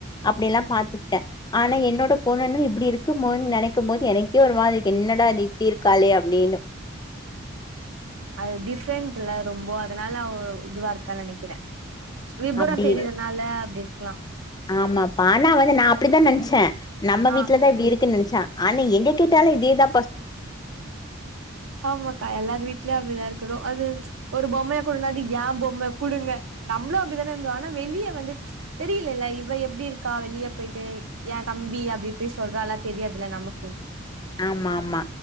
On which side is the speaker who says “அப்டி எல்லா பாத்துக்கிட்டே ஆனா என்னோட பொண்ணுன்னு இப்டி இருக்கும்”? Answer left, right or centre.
Left